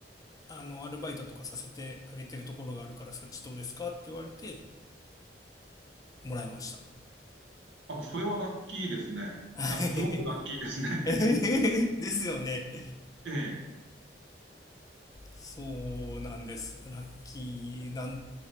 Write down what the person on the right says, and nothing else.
あ、それはラッキーですね。
あの、すごくラッキーですね。
<laughs> ええ、